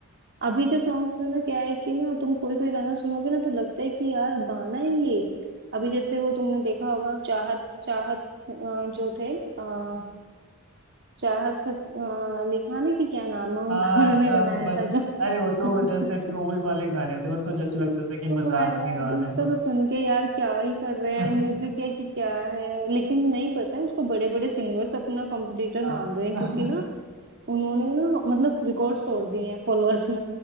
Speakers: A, on the right; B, on the right.
A: अभी के सॉन्ग्स में ना क्या है कि ना तुम कोई कोई गाना सुनोगे ना तो लगता है कि यार गाना ही ये अभी जैसे वो तुमने देखा होगा चाहत चाहत अ, जो थे आ, चाहत का अ, लिखाने की क्या नाम है उनका
B: हाँ
A: <laughs> उन्होंने
B: अच्छा
A: बनाया
B: बस
A: था जो
B: अरे वो तो
A: <laughs>
B: जैसे ट्रोल वाले गाने थे वो तो जैसे लगता
A: ओ
B: था कि मजाक
A: माय गॉड
B: में गा रहे
A: उसका
B: हैं हम।
A: तो सुन के यार क्या ही कर रहे हैं
B: <laughs>
A: म्यूजिक है कि क्या है लेकिन नहीं पता है उसको बड़े बड़े सिंगर्स अपना कॉम्पिटिटर
B: हाँ
A: मान रहे हैं क्योंकि ना उन्होंने ना मतलब रिकॉर्ड तोड़ दिए हैं फॉलोअर्स